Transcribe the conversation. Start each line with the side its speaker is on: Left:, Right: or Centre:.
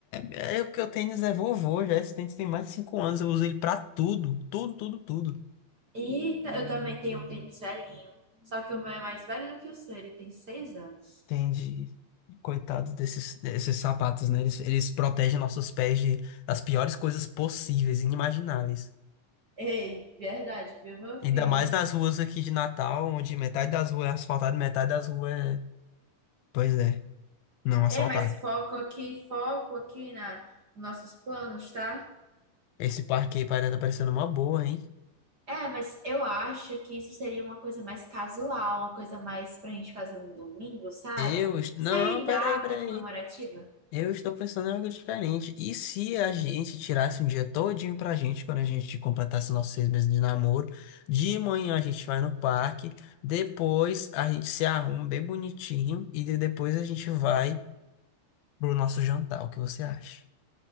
Left: É, é porque o tênis é vovô já, esse tênis tem mais de 5 anos, eu uso ele pra tudo, tudo, tudo, tudo.
Right: Eita, eu também tenho um tênis velhinho. Só que o meu é mais velho do que o seu, ele tem seis anos.
Left: Entendi. Coitados desses, desses sapatos, né? Eles, eles protegem nossos pés de, das piores coisas possíveis, inimagináveis.
Right: Ei, verdade, viu, meu
Left: Ainda
Right: filho?
Left: mais nas ruas aqui de Natal, onde metade das ruas é asfaltada, e metade das ruas é... Pois é, não asfaltada.
Right: É, mas foco aqui, foco aqui na nos nossos planos, tá?
Left: Esse parque aí parece tá parecendo uma boa, hein?
Right: É, mas eu acho que isso seria uma coisa mais casual, uma coisa mais pra gente fazer um domingo, sabe?
Left: Eu... est- Não,
Right: Sem
Left: peraí,
Right: data
Left: peraí.
Right: comemorativa.
Left: Eu estou pensando em algo diferente. E se a gente tirasse um dia todinho pra gente, quando a gente completasse nossos seis meses de namoro, de manhã a gente vai no parque, depois a gente se arruma bem bonitinho e de- depois a gente vai pro nosso jantar. O que você acha?